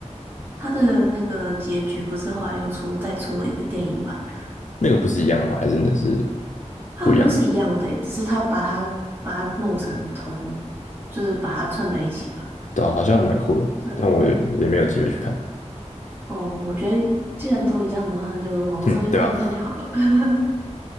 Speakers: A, on the right; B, on the left.
A: 他的那个结局，不是后来又出再出了一个电影版的，
B: 那个不是一样的吗？还是的是
A: 他好像是一样的诶，
B: 不一样的？
A: 只是他把它把它弄成同，就是把它串在一起吧。
B: 对啊，好像蛮酷的，
A: 对，
B: 但我也也没有机会去看。
A: 哦，我觉得既然都一样的话，那就网络上面看一看就好了。
B: 哼，对啊，
A: <laughs>